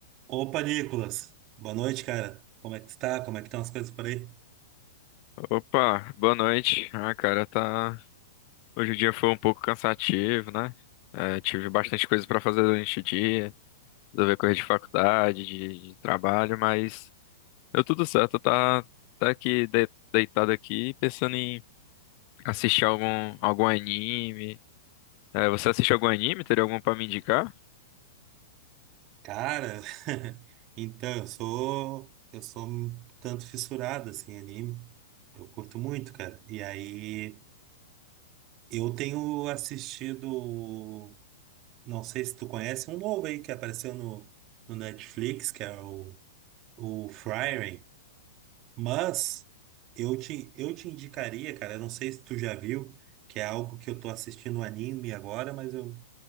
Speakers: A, on the right (about 35°); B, on the left (about 40°).
A: Opa, Nicolas. Boa noite, cara. Como é que tu tá? Como é que estão as coisas por aí?
B: Opa, boa noite. Ah, cara, tá. Hoje o dia foi um pouco cansativo, né? É, tive bastante coisa pra fazer durante o dia, resolver coisa de faculdade, de, de trabalho, mas deu tudo certo. Tá, tá aqui de- deitado aqui, pensando em assistir algum algum anime. É, você assiste algum anime? Teria algum pra me indicar?
A: Cara, <laughs> então, eu sou eu sou um tanto fissurado assim em anime. Eu curto muito, cara. E aí eu tenho assistido, não sei se tu conhece, um novo aí que apareceu no, no Netflix, que é o o Frieren, mas eu te eu te indicaria, cara, eu não sei se tu já viu, que é algo que eu tô assistindo um anime agora, mas eu